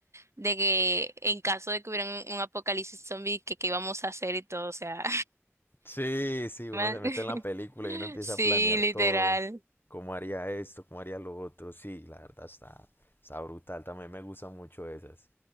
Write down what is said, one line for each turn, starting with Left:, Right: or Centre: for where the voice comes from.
Right: de que en caso de que hubiera un, un apocalipsis zombie, que qué íbamos a hacer y todo. O sea,
Left: Sí,
Right: <laughs>
Left: sí, uno
Right: man-
Left: se mete en la película
Right: <laughs>
Left: y uno empieza
Right: sí,
Left: a planear
Right: literal.
Left: todo. ¿Cómo haría esto? ¿Cómo haría lo otro? Sí, la verdad está, está brutal. También me gustan mucho esas.